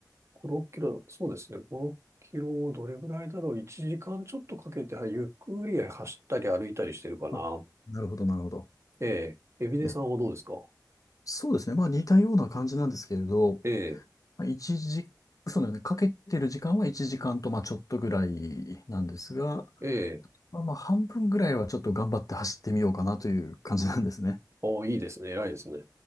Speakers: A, on the right (about 40°); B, on the left (about 50°).
A: 6キロ、そうですね。6キロをどれぐらいだろう。1時間ちょっとかけて、はいゆっくり走ったり歩いたりしてるかな。
B: あ、なるほど、なるほど。
A: ええ。エビネさんはどうですか
B: え、そうですね。まあ、似たような感じなんですけれど、
A: ええ、
B: まあ一時、そうだよね。かけてる時間は1時間と、まあ、ちょっとぐらいなんですが、
A: ええ。
B: まあ、まあ半分ぐらいはちょっと頑張って走ってみようかなという感じなんですね。
A: おいいですね。偉いですね。